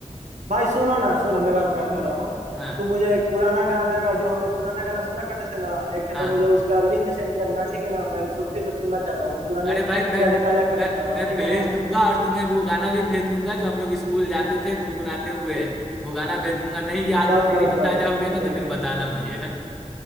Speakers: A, on the right; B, in the centre.
A: भाई सुनो ना सुनो मैं बात कर, कर रहा हूँ
B: हाँ
A: तो मुझे एक पुराना गाना का जो हम लोग पुराना गाना सुना करते थे ना एक
B: हाँ
A: तो मुझे उसका लिंक सेंड करना ठीक है ना मैं उसको फिर से सुनना चाहता हूँ वो पुराने
B: अरे भाई मैं
A: यादें ताजा करना
B: मैं
A: चाहता
B: मैं
A: हूँ ठीक
B: भेज
A: है ना
B: दूंगा और तुम्हें वो गाना भी भेज दूंगा जो हम लोग स्कूल जाते थे गुनगुनाते हुए वो गाना भेज दूंगा नहीं याद
A: बस
B: तेरी
A: बस
B: भी
A: भाई
B: ताजा
A: ठीक
B: हो गई ना तो फिर
A: ठीक
B: बताना मुझे <laughs>